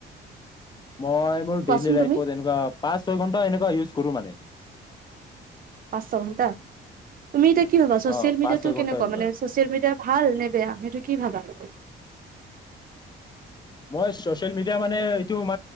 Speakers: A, on the left; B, on the right.
A: মই মোৰ
B: কোৱাচোন
A: ডেইলি লাইত
B: তুমি
A: এনেকুৱা পাঁচ ছয় ঘন্টা একুৱ ইউজ কৰো মানে।
B: <unintelligible> তুমি এতিয়া ভবা, ছচিয়েল
A: অ
B: মিডিয়াতটো
A: পাঁচ ছয়
B: কেনেকুৱ
A: ঘন্টা এনেকুৱা
B: মানে ছচিয়েল মিডিয়াৰ। ভাল নে বেয়া সেইটো কি ভাবা তাক।
A: মচ মিয় মানে ম